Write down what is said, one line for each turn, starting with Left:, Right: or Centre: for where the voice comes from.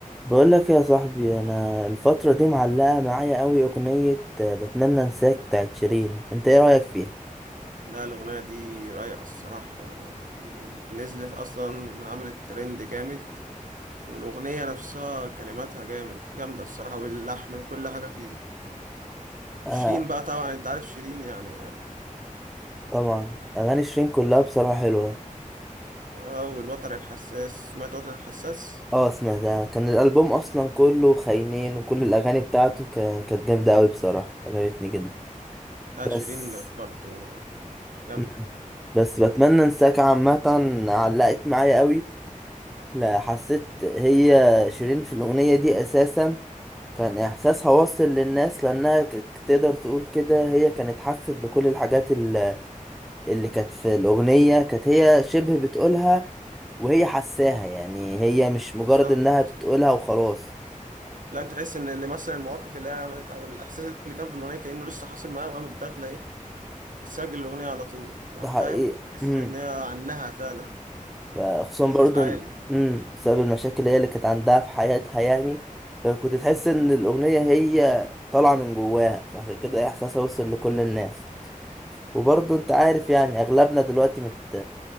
Centre: بقول لك يا صاحبي انا الفترة دي معلقة معايا قوي اغنية آه، بتمنى انساك بتاعت شيرين انت ايه رأيك فيها
Right: لا الأغنية دي رايقة الصراحة آه، نزلت أصلا عملت ترند جامد والأغنية نفسها كلماتها جامد جامدة الصراحة واللحن وكل حاجة فيه
Centre: آه
Right: شيرين بقى طبعا أنت عارف شيرين يعني آه
Centre: طبعا اغاني شيرين كلها بصراحة حلوة
Right: آه، والوتر الحساس سمعت وتر الحساس
Centre: اه سمعتها كان الالبوم اصلا كله خاينين وكل الاغاني بتاعته ك- كانت جامدة قوي بصراحة عجبتني جدا
Right: لا
Centre: بس
Right: شيرين برضه جامدة
Centre: مم. بس بتمنى انساك عامة علقت معايا قوي لا حسيت هي شيرين في الاغنية دي اساسا كان إحساسها واصل للناس لأنها ك- ك- تقدر تقول كده هي كانت حست بكل الحاجات ال- اللي كانت في الأغنية كانت هي شبه بتقولها وهي حساها يعني هي مش
Right: بالظبط
Centre: مجرد إنها بتقولها وخلاص
Right: لا تحس إن اللي مثلا المواقف اللي هي عملت أو الإحساس اللي كان في الأغنية كأنه لسه حاصل معاه وقامت داخلة إيه تسجل الأغنية على طول
Centre: ده حقيقي
Right: فاهم تحس
Centre: امم
Right: إن هي عنها فعلا
Centre: فخصوصا
Right: إحساس
Centre: برضه
Right: عالي
Centre: إن- امم بسبب المشاكل هي اللي كانت عندها في حياتها يعني فكنت تحس إن الأغنية هي طالعة من جواها فعشان كده إحساسها وصل لكل الناس وبرضه أنت عارف يعني أغلبنا دلوقتي مت